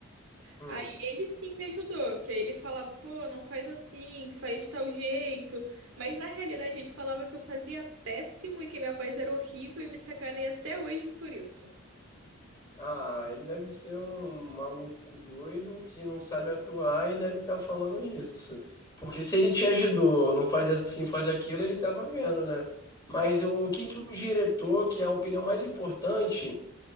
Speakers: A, on the left; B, on the right.
A: Hum.
B: Aí ele sim me ajudou, que aí ele falava, pô, não faz assim, faz de tal jeito. Mas na realidade ele falava que eu fazia péssimo e que minha voz era horrível e me sacaneia até hoje por isso.
A: Ah, ele deve ser um maluco doido que não sabe atuar e deve estar falando isso. Porque se ele te ajudou, não faz assim, faz aquilo, ele estava vendo, né? Mas o que que o diretor, que é a opinião mais importante,